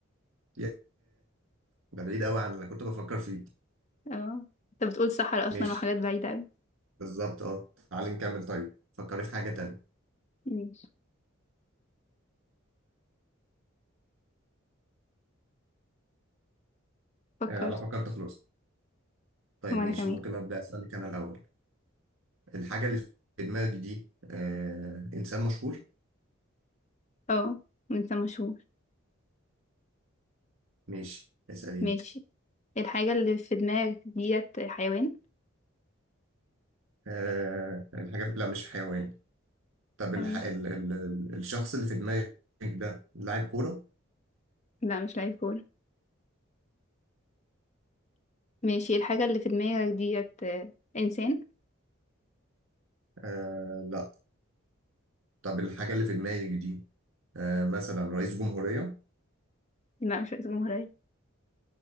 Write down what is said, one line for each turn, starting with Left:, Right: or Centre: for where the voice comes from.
Right: ياه ده بعيد قوي عن اللي كنت بفكر فيه
Left: اه انت بتقول صحراء اصلا
Right: ماشي
Left: وحاجات بعيدة اوي
Right: بالظبط اه تعالي نكمل طيب فكري في حاجه تانية
Left: ماشي فكرت
Right: آه انا فكرت خلاص طيب
Left: وانا
Right: ماشي
Left: كمان
Right: ممكن ابدا اسالك انا الاول الحاجه اللي في دماغي دي آه انسان مشهور
Left: اه انت مشهور
Right: ماشي اساليني
Left: ماشي الحاجة اللي في دماغك ديت حيوان
Right: آه الحاجه لا مش حيوان طب
Left: تمام
Right: الح... ال... ال... ال- الشخص اللي في دماغك ده لاعب كوره
Left: لا مش لعيب كورة ماشي الحاجة اللي في دماغك ديت آه، إنسان
Right: آه لا طب الحاجة اللي في دماغي دي آه مثلا رئيس جمهورية
Left: لا مش رئيس جمهورية